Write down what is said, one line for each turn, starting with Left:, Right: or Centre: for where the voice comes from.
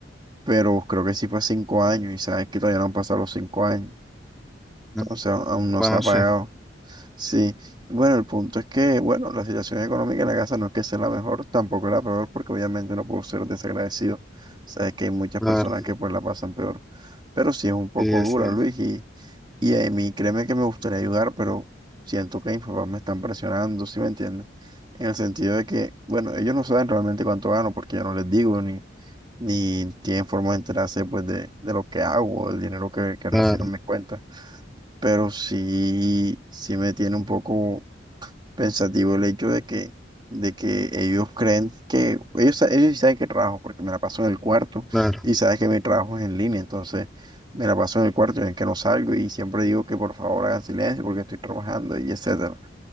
Right: pero creo que sí fue hace cinco años y sabes que todavía no han pasado los cinco años.
Centre: Mm,
Right: Entonces a- aún no
Centre: Bueno,
Right: se ha
Centre: sí,
Right: pagado. Sí, bueno, el punto es que, bueno, la situación económica en la casa no es que sea la mejor, tampoco es la peor, porque obviamente no puedo ser desagradecido. Sabes que hay muchas
Centre: claro,
Right: personas que pues la pasan peor, pero sí es un poco
Centre: sí, así
Right: dura,
Centre: es.
Right: Luis, y, y a mí créeme que me gustaría ayudar, pero siento que Infobae me están presionando, ¿sí me entiendes? En el sentido de que, bueno, ellos no saben realmente cuánto gano, porque yo no les digo, ni, ni tienen forma de enterarse pues de, de lo que hago, del dinero que, que
Centre: Claro,
Right: recibo en mis cuentas pero sí, sí me tiene un poco pensativo el hecho de que, de que ellos creen que, ellos, sa- ellos sí saben que trabajo, porque me la paso en el cuarto
Centre: claro,
Right: y sabes que mi trabajo es en línea, entonces me la paso en el cuarto y ven que no salgo y siempre digo que por favor hagan silencio porque estoy trabajando y etcétera.